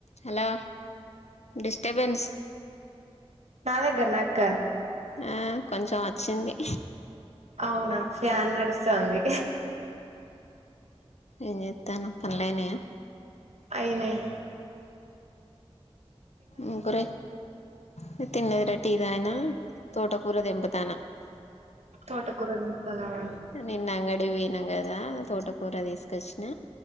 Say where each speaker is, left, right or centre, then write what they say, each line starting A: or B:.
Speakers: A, on the left; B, on the right.
A: Hello disturbance
B: నా దగ్గర నా అక్క
A: ఆ కొంచెం వచ్చింది
B: అవునా ఫ్యాన్ నడుస్తుంది
A: ఏం చేస్తున్నావ్ పనులైనయా
B: అయినాయి
A: ఏం కూర నేను తినలేదు లే టీ తాగినా తోటకూర దింపుతున్న
B: తోటకూర తింటాన్నావా
A: నిన్న అంగడి పో తం కదా తోటకూర తీసుకొచ్చిన